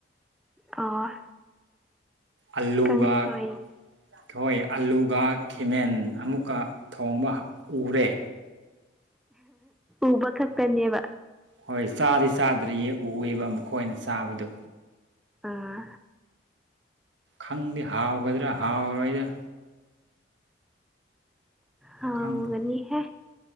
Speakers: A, in the centre; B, on the right (about 80°).
A: ꯑꯣ
B: ꯑꯜꯂꯨꯒꯥꯛ
A: ꯀꯥꯡꯁꯣꯏ
B: ꯍꯣꯏ ꯑꯂꯨꯒ ꯈꯤꯃꯦꯟ ꯑꯃꯨꯛꯀ ꯊꯣꯡꯕꯍ ꯎꯔꯦ
A: ꯎꯕ ꯈꯛꯇꯅꯦꯕ
B: ꯍꯣꯏ ꯆꯥꯗꯤ ꯆꯥꯗ꯭ꯔꯤꯌꯦ ꯎꯋꯦꯕ ꯃꯈꯣꯏꯅ ꯆꯥꯕꯗꯣ
A: ꯑꯥ
B: ꯈꯪꯗꯦ ꯍꯥꯎꯒꯗ꯭ꯔꯥ ꯍꯥꯎꯔꯣꯏꯗ꯭ꯔꯥ
A: ꯍꯥ
B: ꯈꯪꯗꯦ
A: ꯃꯤꯍꯦ